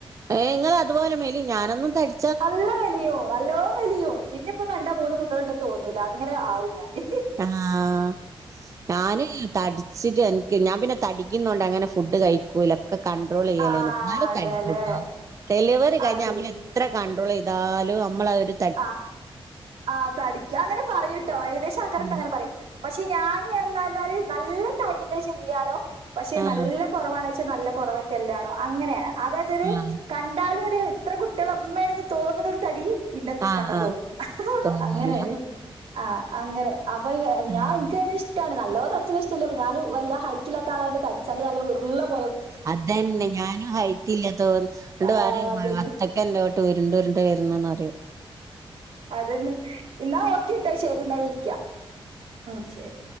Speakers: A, on the right (about 35°); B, on the right (about 75°).
A: ഏഹ് ഇങ്ങള് അതുപോലെ മെലി ഞാനൊന്നും തടി
B: നല്ല മെലിയും നല്ലോ മെലിയും ഇന്നെപ്പോ കണ്ടാ മൂന്ന് കുട്ടികൾണ്ട്ന്ന് തോന്നൂലാ അങ്ങനെ ആവും ഞാന്
A: ആഹ് ഞാന് തടി ച്ചിട്ട് എനിക്ക് ഞാൻ പിന്നെ തടിക്കുന്നോണ്ട് അങ്ങനെ ഫുഡ് കഴി ക്കൂലാ ഒക്കെ കണ്ട്രോള് ചെയ്യലേനു
B: ആ
A: ഇന്നാലും
B: അതെല്ലേ
A: തടിക്കൂട്ടോ ഡെലിവറി കഴിഞ്ഞാ
B: അത്
A: ഞാ
B: ശരി
A: പിന്നെ എത്ര കണ്ട്രോള് ചെയ്താലും നമ്മള് അ ഒര്
B: ആഹ് ആഹ് തടിക്കാ അങ്ങനെ പറയൂട്ടോ ഏകദേശം ആൾക്കാരൊക്കെ
A: ഉം
B: അങ്ങനെ പറയും പക്ഷെ ഞാന് എന്നാര്ന്നാല് നല്ല തടീണ്ട് പക്ഷെ ഇല്ലാണു പക്ഷെ
A: ആഹ്
B: നല്ല കൊറവാണോയ്ച്ചാ നല്ല കൊറവറ്റല്ലാണും അങ്ങനെയാണ് അതായതൊരു
A: ആഹ്
B: കണ്ടാലൊരു ഇത്ര കുട്ടികളെ ഇമ്മയാണ്ന്ന് തോന്നണൊരു തടി ഇന്നെ
A: ആഹ്
B: കണ്ടാ
A: ആഹ്
B: തോന്നുല്ലാ
A: തോന്നൂല
B: അങ്ങനെയാണ് ആഹ് അങ്ങനെ അപ്പൊ കെ
A: ആഹ്
B: ഞാൻ ഇൻക്കങ്ങനെ ഇഷ് ട്ടാണ് നല്ലോ തടിച്ചണെ ഇഷ്ട്ടല്ലാ ഇപ്പം ഞാന് വല്ല ഹൈറ്റ്ല്ലാത്ത ആളായോണ്ട് തടിച്ചാല് നല്ല ഉരുളം
A: അതന്നെ ഞാനും ഹൈറ്റ്ല്ല തോന്ന ന്നട്ട്
B: ആ
A: പറി
B: അതന്നെ
A: വത്ത - ക്കൻറ്റൂട്ട് ഉരുണ്ടുരുണ്ട് വര്ന്ന്ന്ന് പറിം
B: അതന്നെ ഇന്ന ഓക്കേ ട്ടോ ശരി ന്നാ വിളിക്കാ ആഹ് ശരി